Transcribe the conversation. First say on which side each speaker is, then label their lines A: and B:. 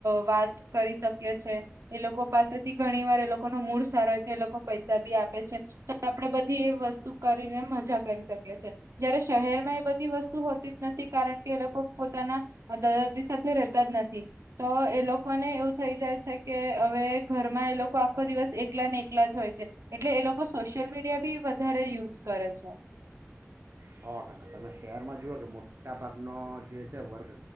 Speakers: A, on the right (about 80°); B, on the right (about 60°).
A: વાત કરી શકીએ છે. એ લોકો પાસેથી ઘણી વાર, એ લોકો ન મૂળ સારો હોય તો, એ લોકો પૈસા બી આપે છે. આપણેે બધી એ વસ્તુ કરીને મજા કરી શકીએ છીએ. જયારે શહેરમાં એ બધી વસ્તુ હોતી જ નથી, કારણ કે એ લોકો પોતાના દાદા દાદી સાથે રહેતા જ નથી. તો એ લોકોને એવું થઈ જાય છે કે, હવે ઘરમાં એ લોકો આખો દિવસ એકલા ને એકલા જ હોય છે. એટલે એ લોકો સોશિયલ મીડિયા બી વધારે યુઝ કરે છે.
B: સો ટકા, તમે શહેરમાં જુઓ કે મોટાભાગનો જે છે વર્ગ